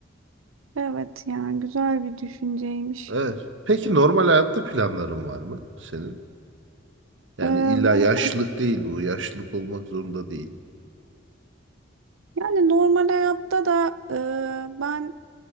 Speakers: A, on the right; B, on the right.
A: evet yani güzel bir düşünceymiş.
B: Evet. Peki normal hayatta planların var mı senin? Yani
A: Ee,
B: illa
A: normal-
B: yaşlılık değil bu. Yaşlılık olmak zorunda değil.
A: yani normal hayatta da e, ben